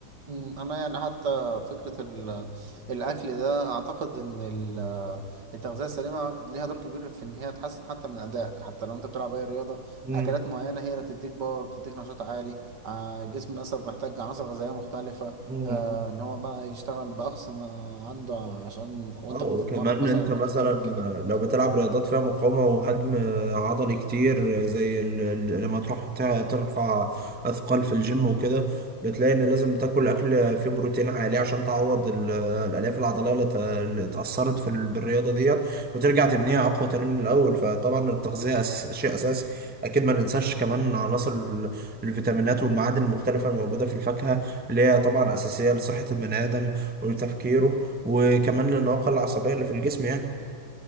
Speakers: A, on the right; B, in the centre.
A: مم، انا يعني حتى فكره ال- الاكل ده اعتقد ان ال- التغذيه السليمه ليها دور كبير في ان هي تحسن حتى من ادائك حتى لو انت بتلعب اي رياضه
B: مم.
A: اكلات معينه هي اللي بتديك باور بتديك نشاط عالي ع- الجسم مثلا محتاج عناصر غذائيه مختلفه
B: مم.
A: آه ان هو بقى يشتغل باقصى ما عنده عشان وانت
B: اه وكمان
A: بتتمرن مثلا
B: انت
A: او
B: مثلا
A: انت بتعمل كده
B: لو بتلعب رياضات فيها مقاومة وهدم عضلي كتير زي ال- ال- لما تروح ت- ترفع اثقال في الجيم وكده بتلاقي ان لازم تاكل اكل فيه بروتين عالي عشان تعوض ال- الالياف العضليه اللي ت- اللي اتاثرت في ال- بالرياضه ديت وترجع تبنيها اقوى تاني من الاول فطبعا التغذيه أس... شيء اساسي اكيد ما ننساش كمان عناصر ال- الفيتامينات والمعادن المختلفه الموجوده في الفاكهه اللي هي طبعا اساسيه لصحه البني ادم وتفكيره وكمان لللياقة العصبية اللي في الجسم يعني